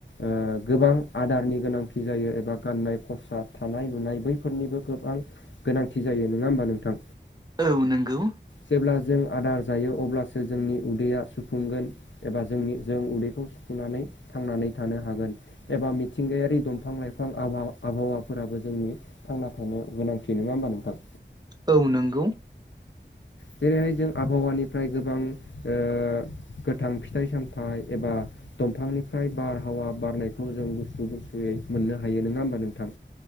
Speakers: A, on the left; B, on the right.
A: ओ गोबां आदारनि गोनांथि जायो एबा गाननाय खसाब थानाय लुनाय बैफोरनिबो गोबां गोनांथि जायो नङा होमबा नोंथां?
B: औ नोंगौ
A: जेब्ला जों आदार जायो अब्लासो जोंनि उदैया सुफुंगोन। एबा जोंनि जों उदैखौ सुफुंनानै थांनानै थानो हागोन। एबा मिथिंगायारि दंफां लाइफां <unintelligible> आबहावाफोराबो जोंनि थांना थानो गोनांथि नङा होमबा नोंथां?
B: औ नोंगौ
A: जेरैहाय जों आबहावानिफ्राय गोबां ओ गोथां फिथाइ सामथाइ एबा दंफांनिफ्राय बारहावा बारनाय <unintelligible> मोननो हायो नङा होमबा नोंथां